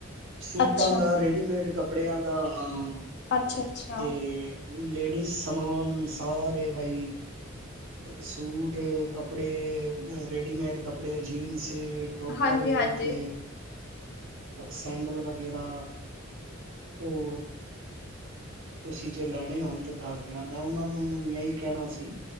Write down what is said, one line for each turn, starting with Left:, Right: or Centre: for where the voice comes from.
Right: ਸੂਟਾਂ
Left: ਅੱਛਾ
Right: ਦਾ ਰੇਡ ਰੇਡੀਮੇਡ ਕੱਪੜਿਆਂ ਦਾ, ਅ
Left: ਅੱਛਾ ਅੱਛਾ
Right: ਤੇ ਲੇਡੀਜ਼ ਸਮਾਨ ਸਾਰੇ ਬਾਈ ਸੂਟ, ਕੱਪੜੇ, ਰੇਡੀਮੇਡ ਕੱਪੜੇ, ਜੀਨਸ ਟੋਪਰ
Left: ਹਾਂਜੀ ਹਾਂਜੀ
Right: ਤੇ ਸੈਂਡਲ ਵਗੈਰਾ, ਹੋਰ ਤੁਸੀਂ ਜੇ ਲੈਣੇ ਹੋਣ ਤੇ ਦੱਸ ਦੇਣਾ। ਮੈਂ ਉਹਨਾਂ ਨੂੰ ਵੀ ਇਹੀ ਕਹਿਣਾ ਸੀ।